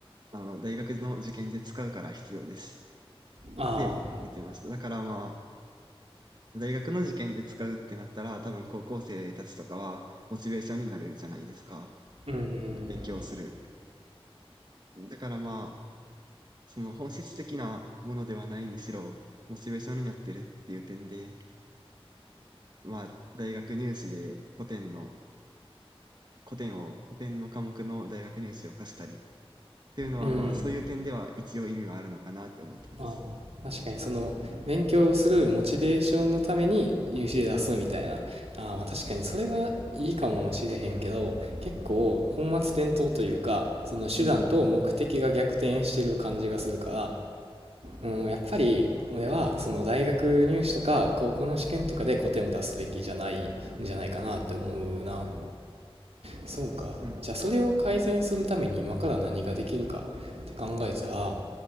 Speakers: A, on the right; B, on the right.
A: あの、大学の受験で使うから必要です
B: ああ、
A: って言ってました。だからまあ、大学の受験で使うってなったら、多分高校生たちとかはモチベーションになるじゃないですか。
B: うん、
A: 勉強する。だからまあ、その本質的なものではないにしろ、モチベーションになってるっていう点で、まあ、大学入試で古典の、古典を、古典の科目の大学入試を課したり、っていうのはまあ、
B: うん。
A: そういう点では一応意味はあるのかなって思ってます。
B: ああ、確かにその勉強するモチベーションのために入試で出すみたいな。
A: うん、
B: ああ、まあ確かにそれはいいかもしれへんけど、結構本末転倒というか、その手段と目的が逆転してる感じがするか
A: うん、
B: ら、うん、やっぱり俺はその大学入試とか高校の試験とかで古典を出すべきじゃないんじゃないかなって思うな。そうか。
A: うん、
B: じゃあそれを改善するために今から何ができるかって考えたら、